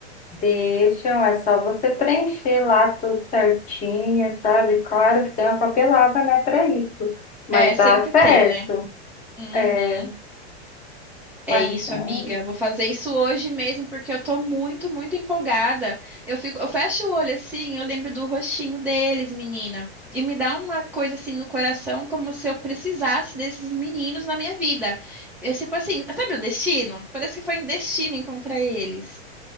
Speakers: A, on the left; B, in the centre.
A: Deixam, é só você preencher lá tudo certinho, sabe? Claro que tem uma papelada, né, para isso, mas
B: É, sempre
A: dá certo.
B: tem, né? Uhum.
A: É, mas,
B: É isso,
A: é.
B: amiga. Vou fazer isso hoje mesmo porque eu tô muito, muito empolgada. Eu fico, eu fecho o olho assim, eu lembro do rostinho deles, menina, e me dá uma coisa assim no coração, como se eu precisasse desses meninos na minha vida. É tipo assim, sabe o destino? Parece que foi um destino encontrar eles.